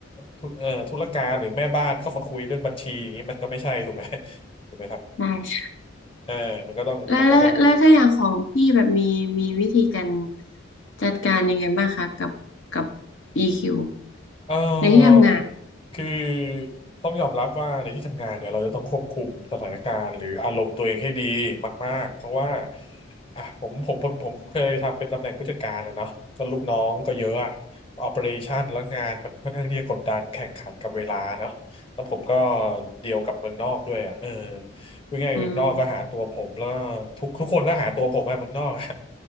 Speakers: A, on the left; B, on the left.
A: ธุเอ่อธุรการหรือแม่บ้านเข้ามาคุยเรื่องบัญชีอย่างนี้มันก็ไม่ใช่ถูกไหมถูกไหมครับ
B: ได้ค่ะ
A: เออมันก็ต้องมันก็ต้องดู
B: แล้วแล้วแล้วถ้าอย่างของพี่แบบมีมีวิธีการจัดการยังไงบ้างคะกับกับ EQ
A: เออ
B: ในที่ทำงาน
A: คือต้องยอมรับว่าในที่ทำงานเนี่ยเราจะต้องควบคุมสถานการณ์หรืออารมณ์ตัวเองให้ดีมากๆเพราะว่าอ่ะผมผมผมผมเคยทำเป็นตำแหน่งผู้จัดการอะเนาะก็ลูกน้องก็เยอะอะออ e r a t i o นแล้วงานมันค่อนข้างที่จะกดดันแข่งขันกับเวลาเนาะแล้วผมก็เดียวกับเมืองนอกด้วยอะเออพูดง่ายๆเมืองนอกก็หาตัวผมแล้ว
B: อืม
A: ทุกทุกคนก็หาตัวผมอะเมืองนอกอะ